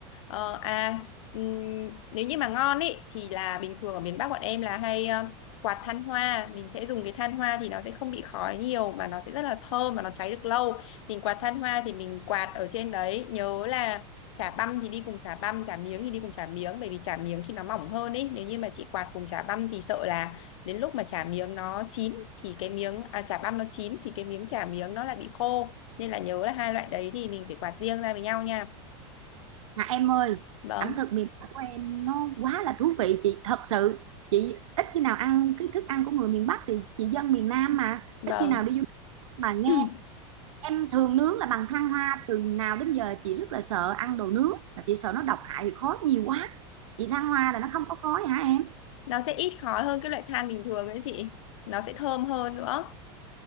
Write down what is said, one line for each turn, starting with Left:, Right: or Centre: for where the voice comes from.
Left: ờ, à ừm, nếu như mà ngon ý thì là bình thường ở miền Bắc bọn em là hay ờ, quạt than hoa, mình sẽ dùng cái than hoa thì nó sẽ không bị khói nhiều mà nó sẽ rất là thơm mà nó cháy được lâu. Mình quạt than hoa thì mình quạt ở trên đấy, nhớ là chả băm thì đi cùng chả băm chả miếng thì đi cùng chả miếng bởi vì chả miếng thì nó mỏng hơn ấy nếu như mà chị quạt cùng chả băm thì sợ là đến lúc mà chả miếng nó chín thì cái miếng à, chả băm nó chín thì cái miếng chả miếng nó lại bị khô nên là nhớ là hai loại đấy thì mình phải quạt riêng ra với nhau nha
Right: à em ơi
Left: vâng
Right: ẩm thực miền Bắc của em nó quá là thú vị chị thật sự chị ít khi nào ăn cái thức ăn của người miền Bắc thì chị dân miền Nam mà
Left: vâng
Right: ít khi nào đi du lịch mà nghe
Left: <clears throat>
Right: em thường nướng là bằng than hoa từ nào đến giờ chị rất là sợ ăn đồ nướng là chị sợ nó độc hại vì khói nhiều quá chị than hoa là nó không có khói hả em
Left: nó sẽ ít khói hơn cái loại than bình thường ấy chị nó sẽ thơm hơn nữa